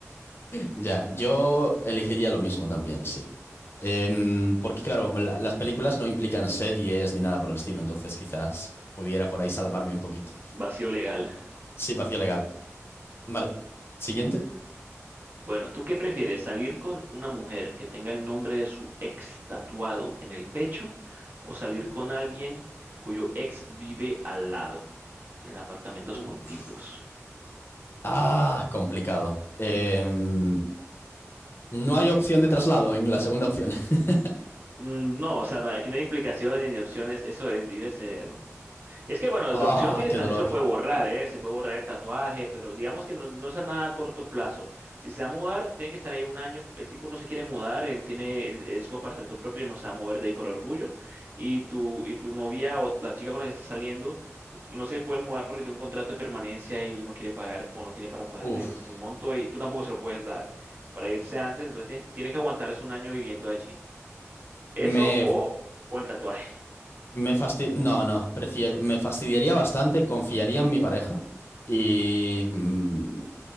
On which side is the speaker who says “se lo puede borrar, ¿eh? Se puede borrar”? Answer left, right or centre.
Right